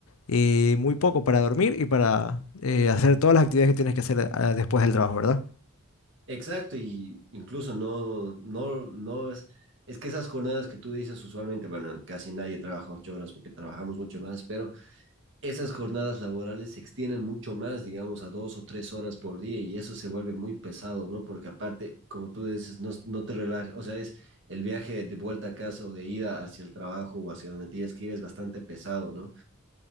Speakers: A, on the left (about 75°); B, on the right (about 60°).
A: eh, muy poco para dormir y para eh, hacer todas las actividades que tienes que hacer ah, después del trabajo, ¿verdad?
B: Exacto, y incluso no, no, no es, es que esas jornadas que tú dices usualmente, bueno, casi nadie trabaja ocho horas porque trabajamos mucho más, pero esas jornadas laborales se extienden mucho más, digamos, a dos o tres horas por día y eso se vuelve muy pesado, ¿no? Porque aparte, como tú dices, no, no te relajas, o sea, es el viaje de vuelta a casa o de ida hacia el trabajo o hacia donde tienes que ir es bastante pesado, ¿no?